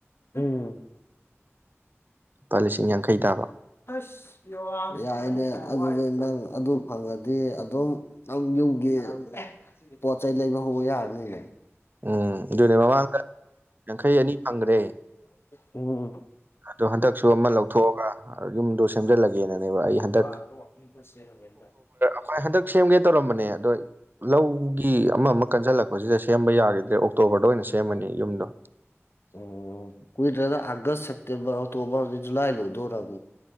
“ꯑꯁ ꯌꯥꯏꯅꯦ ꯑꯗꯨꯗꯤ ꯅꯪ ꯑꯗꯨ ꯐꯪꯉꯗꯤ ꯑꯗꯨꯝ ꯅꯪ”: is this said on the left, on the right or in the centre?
Left